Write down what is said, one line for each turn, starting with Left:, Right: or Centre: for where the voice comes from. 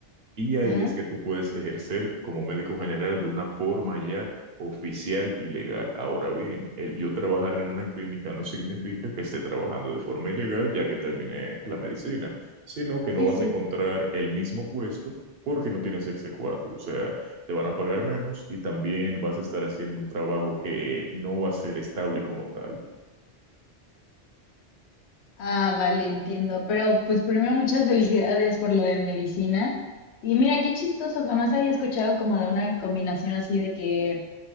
Right: y ahí
Left: Ajá,
Right: es que tú puedes ejercer como médico general de una forma ya oficial y legal. Ahora bien, el yo trabajar en una clínica no significa que esté trabajando de forma ilegal ya que terminé la medicina, sino que no
Left: sí,
Right: vas
Left: sí.
Right: a encontrar el mismo puesto porque no tienes exequatur. O sea, te van a pagar menos y también vas a estar haciendo un trabajo que no va a ser estable como tal.
Left: Ah, vale, entiendo. Pero pues primero muchas felicidades por lo de medicina. Y mira, qué chistoso, jamás había escuchado como de una combinación así de que